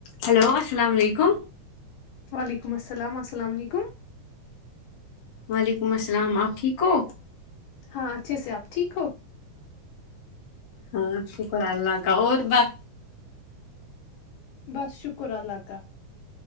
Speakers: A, on the left; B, on the left.
A: ہلو السلام علیکم
B: وعلیکم السلام السلام علیکم
A: وعلیکم السلام آپ ٹھیک ہو
B: ہاں اچھے سے آپ ٹھیک ہو
A: ہاں شکر اللہ کا اور ب
B: بس شکر اللہ تال